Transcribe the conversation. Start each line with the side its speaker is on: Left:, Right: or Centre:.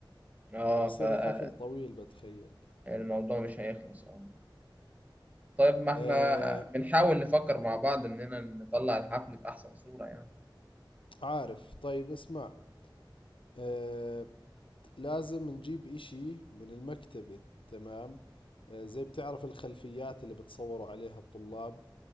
Right: اه
Left: فبصير الحفل طويل بتخيل
Right: فالموضوع مش هيخلص اه طيب ما احنا
Left: آه
Right: بنحاول نفكر مع بعض إننا نطلع الحفل بأحسن صورة يعني
Left: عارف طيب اسمع آه لازم نجيب إشي من المكتبة تمام آه زي بتعرف الخلفيات اللي بتصوروا عليها الطلاب